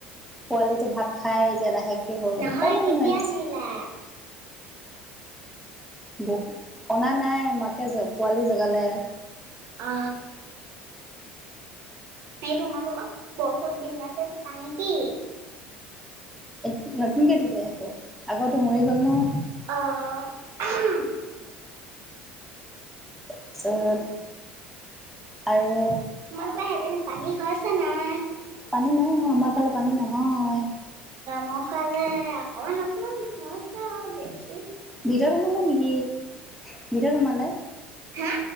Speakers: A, in the centre; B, on the right.
A: পোৱালি যে ভাত খাই যে লাহেকে সৰু
B: নহয়
A: অকণমান
B: কেতিয়া
A: হৈ
B: আনিলা
A: বহুত অনা নাই মাকে পোৱালি জগালে
B: অ এই তোমালোকৰ বহুত দিনতে থকা নেকি?
A: এ নতুনকে দিলে আকৌ আগোটো মৰি গ'ল ন <inaudible>
B: অ
A: তাৰপিছত আৰু
B: তোমালোকৰ সেইপিনে পানী হৈছে নাই
A: পানী নাই হোৱা আমাৰ ফালে পানী নহয়
B: মাৰ ফালে অকমান অকমান হৈছে আৰু বেছ
A: ভিতৰ সোমালে নেকি ভিতৰ সোমালে
B: হা